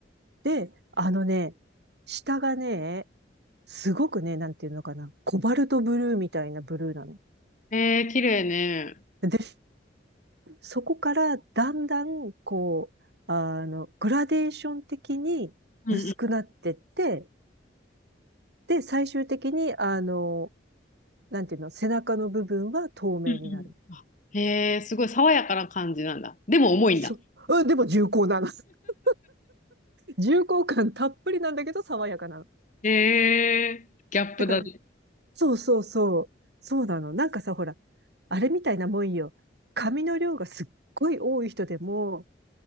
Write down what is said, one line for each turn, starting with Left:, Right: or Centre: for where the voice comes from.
Right: で、あのね、下がね、すごくね、なんていうのかな、コバルトブルーみたいなブルーなの。
Left: へえ、綺麗ね。
Right: で、そこからだんだん、こう、あの、グラデーション的に薄くなってって、
Left: うんうん
Right: で、最終的に、あの、なんていうの、背中の部分は透明になる。
Left: うんうん。へえ、すごい爽やかな感じなんだ。でも重いんだ。
Right: そう、うん、でも重厚なの。<laughs> 重厚感たっぷりなんだけど爽やかなの。
Left: へえ、ギャップだね。
Right: だから、そうそうそう。そうなの。なんかさ、ほら、あれみたいなもんよ。髪の量がすっごい多い人でも、